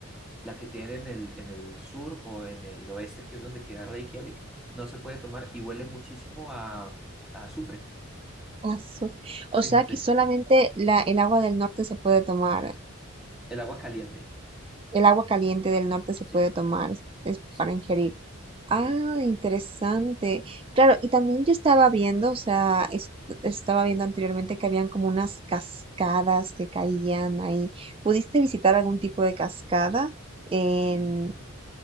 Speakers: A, in the centre; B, on the right.
A: La que tienen en el, en el sur o en el oeste, que es donde queda Reykjavik, no se puede tomar y huele muchísimo a, a azufre.
B: Azuf. O
A: Fíjate,
B: sea que solamente la, el agua del norte se puede tomar,
A: el agua caliente.
B: el agua caliente del norte se
A: Sí,
B: puede tomar, es
A: sí,
B: para ingerir.
A: sí.
B: Ah, interesante. Claro, y también yo estaba viendo, o sea, es estaba viendo anteriormente que habían como unas cascadas que caían ahí. ¿Pudiste visitar algún tipo de cascada en,
A: Sí.